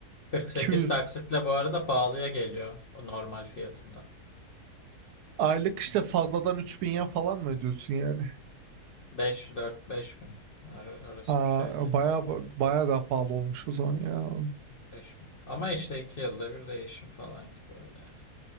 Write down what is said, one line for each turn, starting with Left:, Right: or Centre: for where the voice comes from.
Left: kırk sekiz
Right: 200
Left: taksitle bu arada pahalıya geliyor o normal fiyatından.
Right: aylık işte fazladan üç bin ya falan mı ödüyorsun yani?
Left: beş dört beş bin Ar- arası
Right: Aa,
Left: bir şeydi.
Right: baya
Left: Ha,
Right: baya daha pahalı olmuş o zaman ya.
Left: beş bin. Ama işte 2 yılda bir değişim falan gibi öyle. yani.